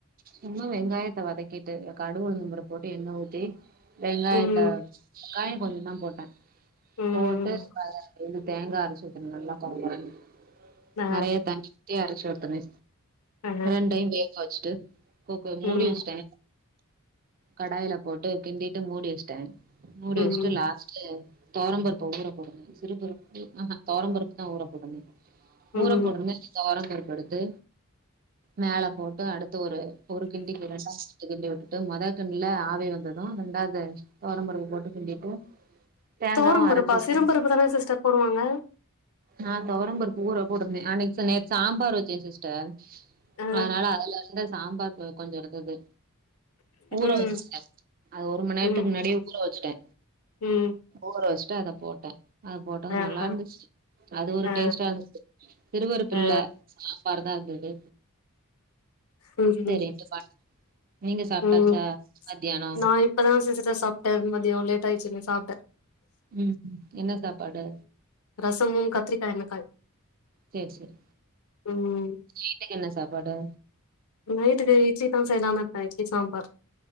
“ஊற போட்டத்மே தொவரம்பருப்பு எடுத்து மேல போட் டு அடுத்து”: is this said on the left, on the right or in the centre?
Right